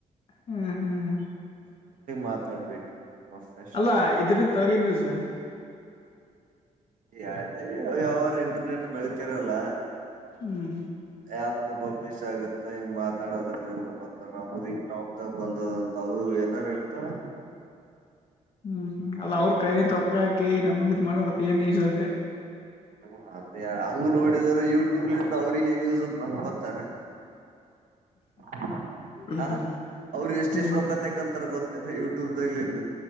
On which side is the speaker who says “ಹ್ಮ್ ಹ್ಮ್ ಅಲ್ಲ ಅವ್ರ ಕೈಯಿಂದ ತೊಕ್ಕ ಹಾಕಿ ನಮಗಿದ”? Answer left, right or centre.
Left